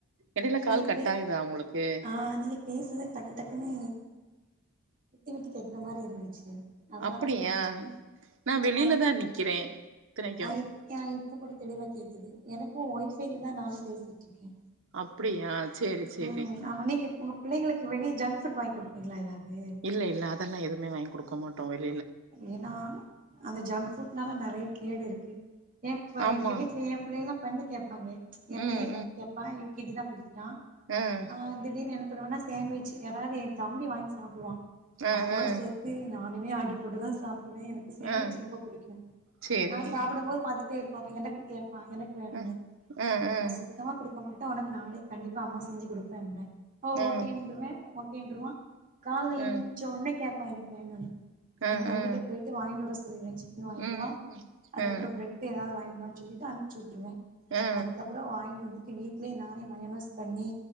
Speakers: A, on the right (about 60°); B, on the right (about 35°).
A: எடைய்ல கால்
B: நீ
A: கட்
B: பே
A: ஆய்தா உங்ளுக்கு
B: ஆ நீங்கப் பேசுற்து டக்கு டக்குன்னு <inaudible> விட்டு விட்டு கேக்ற மார் இருந்துச்சு அதனாலதா
A: அப்படியா
B: நா அமைதி
A: நா வெளில
B: ஆ இப்ப
A: தா நிக்கிறே இத்தனைக்கு
B: ஆ இப் யா இப்ப கூட தெளிவா கேக்குது எனக்கு ஒய்ஃபைல தா நானு பேசிட்ருக்கே
A: அப்டியா ச்சேரி ச்சேரி
B: ம் ஆமா நீங்க உங்க பிள்ளைங்களுக்கு வெளிய ஜங்க் ஃபுட் வாங்கி குடுப்பீங்ளா எதாவ்து
A: இல்ல இல்ல அதல்லா எதுமே வாய்ன்குடுக் கொமட்டோ வய்
B: ஏன்னா அந்த ஜங்க் ஃபுட்னால நறைய கேட் இருக்கு எப்பு
A: ஆமா
B: எங்க வீட்ல எ பிள்ளைள்லா பண்ணு கேப்பாங்க எ
A: ம்
B: பைய பண்ணி கேப் ப்பா யுகேஜி தா படிக்றா
A: ம்
B: ஆ திடீர்னு என்ன பண்ணுவனா சேவிச்சு யாராவ்து எ தம்பி வாய்ன் சாப்டுவா
A: ஆ
B: அவனோட
A: ஆ
B: சேத்து நா ஆனுமே ஆட்டுக் போட்டு தா சாப்டுவே எனக்கு சாண்விச்
A: ஆ
B: ரொம்ப பிடிக்கு
A: சேரி
B: நா சாப்படும் போது பாத்துட்டேர் பாப்பிங்களன் கேப்பா எனக் வேணுனு
A: ஆ ஆ ஆ
B: காசு தா குடுக்க மாட்டே ஆனக்கு நாளே கண்டிப்பா அம்மா செஞ்சு குடுப்பேம்ப ஓ
A: ஆ
B: ஓகேன்றுவே ஒக் ஏன்றுவா கால்ல
A: ஆ
B: எஞ்ச்ச உனே கேப்பா எனக் வேணுனு
A: ஆ
B: என் தம்பிட்ட
A: ஆ
B: போய்ட்டு வாங்கிட்டு வர சொல்ரே சிக்கன் வாய்ன்ட்டு
A: ம்
B: வா
A: ம்
B: அதுக்கப்றோ
A: ஆ
B: ப்ரட் ட்டு ஏதாவ் வாய்ன்ட் வான்னுச் சொல்லிட்டு அனுபச்சி வுட்ருவே
A: ஆ
B: அதுக்கப்றோ வாய்ன் வந்தி ட்டு வீட்லே நானே மயோனோஸ் பண்ணி